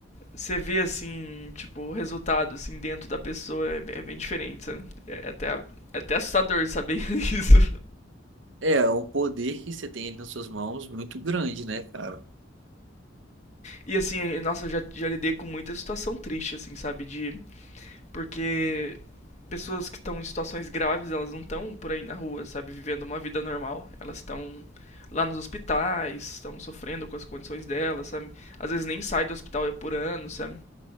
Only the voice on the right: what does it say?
É é um poder que você tem ali nas suas mãos muito grande, né, cara?